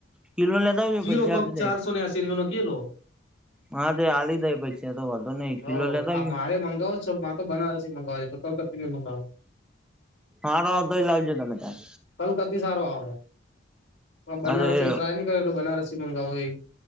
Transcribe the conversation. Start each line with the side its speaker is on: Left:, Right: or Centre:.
Centre: કિલો લેતા- આવજો
Left: કલો
Centre: પૈસા
Left: ક
Centre: આપી
Left: ચારસો
Centre: દઈ
Left: ને્યાશસી રૂપિયાનો કી લો.
Centre: હા તો હલી દાય પછી તો વધો ને એક
Left: હ
Centre: કિલો લેતા
Left: આ
Centre: જાવ
Left: મારે
Centre: ને
Left: મંગાવો છો પાન. તો બનારસસી મંગાવવા છેતિને મંગાવો
Centre: ફાણો આવતો લહી લાવું તમે ત્યાર.
Left: કલકતિ સારો આવે બનારસી
Centre: હા તો એ
Left: ત્રાય ન એ બનારસી મંગાવ એ